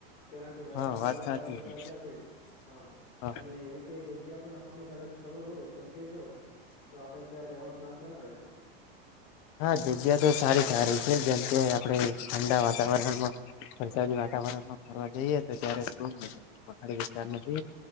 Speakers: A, on the left; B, on the left.
A: તેનાથી વરસાદ
B: હા
A: ન
B: વાત
A: વાતાવરણ
B: સાચી
A: તો સર્જાશે
B: છે
A: હા
B: હા
A: અને એવી કઈ જગ્યા પણ કદાચ ખબર હોય તો કે જો તો આપણે ત્યાં જવાનો પ્લાન બનાવીશું
B: હા જગ્યા તો સારી સારી છે જેમ કે આપણે ઠંડા વાતાવરણમાં વરસાદી વાતાવરણમાં ફરવા જઈએ તો ત્યારેાડી વિસ્તાર જએ